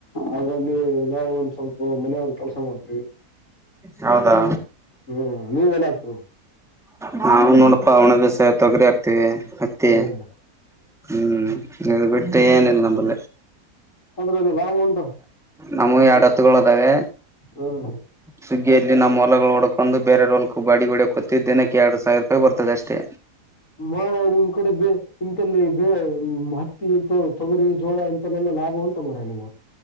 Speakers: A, on the left (about 55°); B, in the centre.
A: ಅದ್ರಲ್ಲಿ ನಾವು ಒಂದ್ ಸ್ವಲ್ಪ ಮನೆಯವ್ರ ಕೆಲಸ ಮಾಡ್ತವಿ
B: ಹೌದಾ
A: ಹ್ಮ್ ನೀವ ಏನಾಗ್ತ
B: ಹಾ ನೋಡಪಾ ಒಣ ಬೆಸಾಯ ತೊಗರಿ, ಹತ್ತಿ
A: ಹ್ಮ್
B: ಹ್ಮ್ ಇದು ಬಿಟ್ಟ ಎನಿಲ್ಲ ನಮ್ಮ
A: ಅದರಲ್ಲಿ ಲಾಭ ಉಂಟು
B: ನಮ್ಮು ಎರಡ
A: ಅದ್-
B: ಎತ್ತುಗಳುದಾವೆ
A: ಹ್ಮ್
B: ಸುಗ್ಗಿಯಲ್ಲಿ ನಮ್ಮ ಹೊಲಗಳು ಒಡ್ಕೊಂಡು ಬೇರೆಯವ್ರವರ ಬಾಡಿ ಹೋಡಿಕೊತ್ತಿದ್ದ ದಿನಕ್ಕೆ ಎರಡು ಸಾವಿರ ರೂಪಾಯಿ ಬರ್ತದ ಅಷ್ಟೇ
A: ಮ ನಿಮ್ ಕಡೆ ಬೇ ಇಂತಲ್ಲಿ ಬೇ ಮತ್ತ ಹತ್ತಿ, ತೊಗರಿ, ಜೋಳ, ಇಂತಲ್ಲೆಲ್ಲಾ ಲಾಭ ಉಂಟು ಮಾರ ನಿಮ